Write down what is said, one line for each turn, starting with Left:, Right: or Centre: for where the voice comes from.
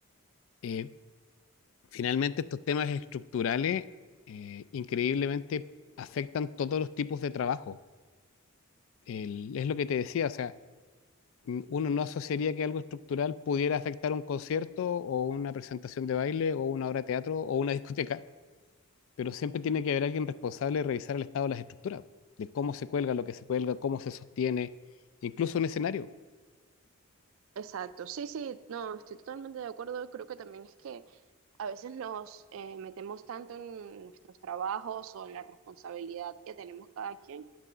Left: Eh, Finalmente, estos temas estructurales eh, increíblemente afectan todos los tipos de trabajo. El- es lo que te decía, o sea, m- uno no asociaría que algo estructural pudiera afectar un concierto o una presentación de baile o una obra de teatro o una <laughs> discoteca, pero siempre tiene que haber alguien responsable de revisar el estado de las estructuras, de cómo se cuelga, lo que se cuelga, cómo se sostiene, incluso un escenario.
Right: Exacto, sí, sí, no, estoy totalmente de acuerdo. Creo que también es que a veces nos eh, metemos tanto en nuestros trabajos o en la responsabilidad que tenemos cada quien